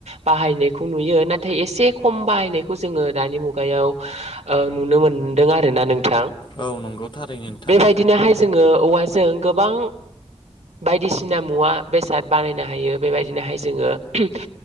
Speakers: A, on the right; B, on the left.
A: बाहायनायखौ नुयो नाथाय एसे खम बाहाय नायखौ जोङो दानि मुगायाव ओ नुनो मोनदों आरोना नों थां
B: औ नंगौ थारैनो नोंथां
A: बेबायदिनोहाय जोङो औवा जों गोबां बायदिसिना मुवा बेसाद बानायनो हायो बेबायदिनोहाय जोङो <unintelligible>